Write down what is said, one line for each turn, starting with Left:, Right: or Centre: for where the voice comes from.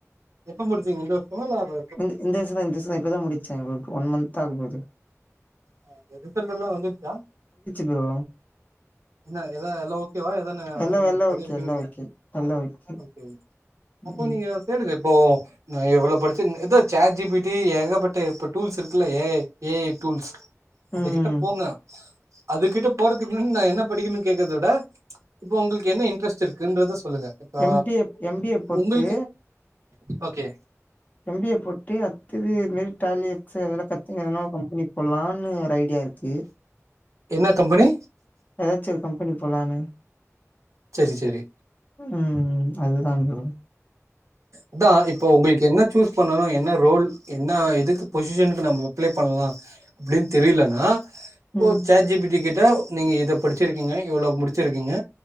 Right: எப்ப முடிச்சீங்க இந்த வருவோமா லாப்
Left: இந்த இந்த விசம் தா இந்தசம் தா இப்பதா முடிச்சே ப்ரோ ஒன் மந்த்த் ஆக போகுது
Right: ஆ ரிசல்ட் ல்லா வந்துருச்சா
Left: ப்ரோ
Right: என்ன எதா லவ் கெ வா இதென்ன
Left: எல்லா எல்லா
Right: பதியறதுக்குனு
Left: ஓகே எல்லா
Right: ஏது
Left: ஓகே எல்லா ஓகே
Right: ஓ கே அப்போ
Left: ம்
Right: நீங்க தேடுங்க இப்போ நான் எவ்ளோ படிச்சு ஏதோ சே ஜிபி டி ஏகப்பட்ட இப்ப டூல்ஸ் இருக்குல்ல ஏ ஏ ஏஐ டூல்ஸ் அதுகிட்ட
Left: ம்
Right: போங்க அதுகிட்ட போறதுக்கு முன்ன நா என்ன படிக்கணும்னு கேக்கத விட இப்ப உங்களுக்கு என்ன இன்ட்ரெஸ்ட் இருக்கு‌ங்றத சொல்லுங்க இப்ப
Left: M B A M B A போட்டு
Right: உங்குளுக்கு ஓகே
Left: எம் பி ஏ போட்டு அத்துது மெ ல் டாலி எக்ஸ்ல் இதெல்லா கத்துனு எதனாலு கம்பெனி போடலான்னு ஒரு ஐடியா இருக்கு
Right: என்ன கம்பெனி
Left: ஏதாச்சு ஒரு கம்பெனி போலான்னு
Right: செர் செர் செரி.
Left: ம் அதுதா ப்ரோ
Right: அதா இப்போ உங்களுக்கு என்ன சூஸ் பண்ணணு என்ன ரோல் என்ன எதுக்கு பொசிஷனுக்கு நம்ம ப்லே பண்ணலா அப்டின்னு தெரியலனா
Left: ம்
Right: ஓ சேட் ஜி பி டி கிட்ட தோ நீங்க இத படிச்சிருக்கீங்க இவ்ளோ முடிச்சிருக்கீங்க